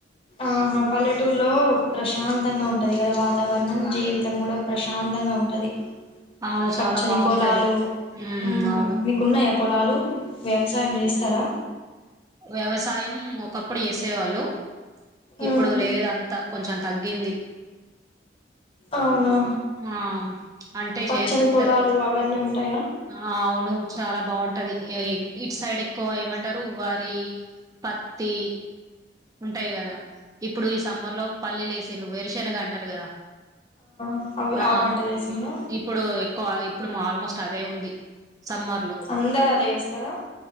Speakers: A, on the left; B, on the right.
A: ఆహా పల్లెటూరులో ప్రశాంతంగా ఉంటది కదా వా తావరణం జీవితం కూడా ప్రశాంతంగా ఉం టది.
B: అవును చాలా
A: పచ్చని
B: బాగుంటది
A: పొలాలు
B: ఉమ్
A: హ్
B: అవును
A: మీకున్నయా పొలాలు. వ్యవసాయం చేస్తరా.
B: వ్యవసాయం ఒకప్పుడు ఎసేవాల్లు. ఇప్పుడు
A: ఉమ్
B: లేదు అంతా కొంచెం తగ్గింది
A: అవునా
B: ఆ అంటే
A: పచ్చని
B: చేస్తర్
A: పొలాలు అవన్నీ ఉంటాయా
B: ఆ అవును చాలా బాగుంటది ఇటు సైడ్ ఎక్కువ ఏమంటరు వరి పత్తి ఉంటాయి కదా ఇప్ ఇప్పుడు ఈ సమ్మర్ లో పల్లిలు లేేసిన్రు వేరుశనగ అంటరు కదా
A: ఆ అవి
B: ఆ
A: పంట చేసిందా
B: ఇప్పుడు ఎక్కువ ఇప్పుడు ఆల్మోస్ట్ అదే ఉంది. సమ్మర్ లో
A: అందరు అదే వేస్తారా